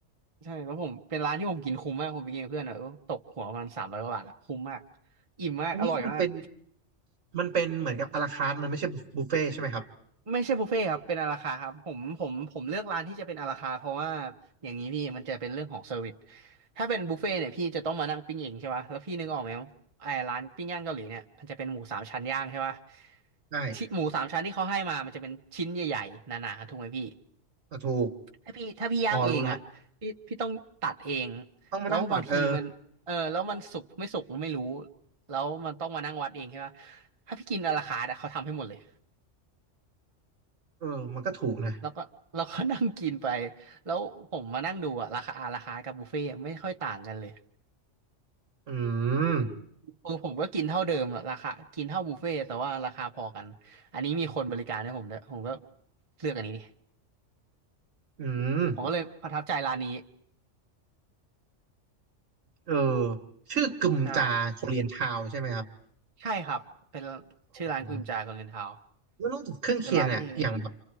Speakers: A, on the right; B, on the right.
A: ใช่แล้วผมเป็นร้านที่ผมกินคุ้มมากผมไปกินกับเพื่อนอะเออตกหัวประมัณสามร้อยกว่าบาทอะคุ้มมากอิ่มมากอร่อยมาก
B: ๆอันนี้คือมันเป็นมันเป็นเหมือนกับอาราคาร์ทมันไม่ใช่บุฟเฟ่ใช่ไหมครับ
A: ไม่ใช่บุฟเฟ่ต์ครับเป็นอาราคาร์ทครับผมผมผมเลือกร้านที่จะเป็นอาราคาร์ทเพราะว่าอย่างนี้พี่มันจะเป็นเรื่องของเซอร์วิสถ้าเป็นบุฟเฟ่ต์เนี่ยพี่จะต้องมานั่งปิ้งเองใช่ปะแล้วพี่นึกออกไหมไอ้ร้านปิ้งย่างเกาหลีเนี่ยมันจะเป็นหมูสามชั้นย่างใช่ปะ
B: ใช่
A: ที่หมูสามชั้นที่เขาให้มามันจะเป็นชิ้นใหญ่ๆหนาๆถูกไหมพี่
B: อ่ะถูก
A: ถ้าพี่ถ้าพี่ย่างเองอ่ะพี่พี่ต้องตัดเอง
B: อ๋อรู้ละต้องมานั่งตัดเออ
A: แล้วบางทีมันเออแล้วมันสุกไม่สุกไม่รู้แล้วมันต้องมานั่งวัดเองใช่ปะถ้าพี่กินอะราคาร์ทอะเขาทำให้หมดเลย
B: เออมันก็ถูกนะ
A: แล้วก็เราก็นั่งกินไปแล้วผมมานั่งดูอะราคาอราคา์กับบุฟเฟ่ต์ไม่ค่อยต่างกันเลย
B: อืม
A: คือผมก็กินเท่าเดิมอะราคากินเท่าบุฟเฟ่ต์แต่ว่าราคาพอกันอันนี้มีคนบริการให้ผมด้วยผมก็เลือกอันนี้ดิ
B: อืม
A: ผมก็เลยประทับใจร้านนี้
B: เออชื่อกึมจาโคเรียนทาวใช่ไหมครับ
A: ใช่ใช่ครับเป็น
B: ผมนะ
A: ชื่อร้านพิมจากับเรนทาว
B: แล้วนอกจากเครื่องเคียงเนี่ยอย่างแบบ
A: เป็นร้านที่